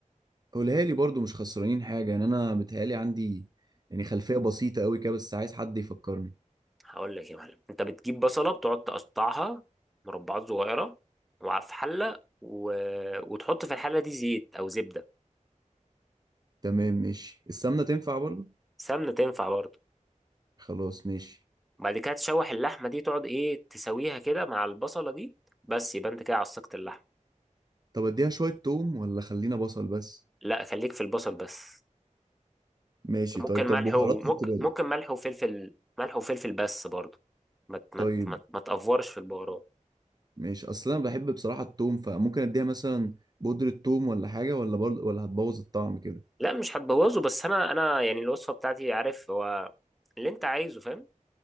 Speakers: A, on the right; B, in the centre.
A: قولها لي برضو مش خسرانين حاجة يعني انا بتهيألي عندي يعني خلفية بسيطة قوي كده بس عايز حد يفكرني
B: هقول لك يا معلم انت بتجيب بصله بتقعد تقطعها مربعات صغيره وع- في حله و... وتحط في الحله دي زيت او زبده
A: تمام ماشي السمنة تنفع برضو
B: سمنه تنفع برضه
A: خلاص ماشي
B: بعد كده تشوح اللحمه دي تقعد ايه تسويها كده مع البصله دي بس يبقى انت كده عصجت اللحمه
A: طب اديها شوية توم ولا خلينا بصل بس
B: لا خليك في البصل بس
A: ماشي
B: ممكن
A: طيب
B: ملح
A: طب بهاراتها
B: وممكن
A: تبقى ايه
B: ممكن ملح وفلفل ملح وفلفل بس برضه ما ت- ما
A: طيب
B: ت- ما ت- ما تأفورش في البهارات
A: ماشي اصل انا بحب بصراحة التوم فممكن اديها مثلا بودرة توم ولا حاجة ولا برضو ولا هتبوظ الطعم كده
B: لا مش هتبوظه بس انا انا يعني الوصفه بتاعتي عارف هو اللي انت عايزه فاهم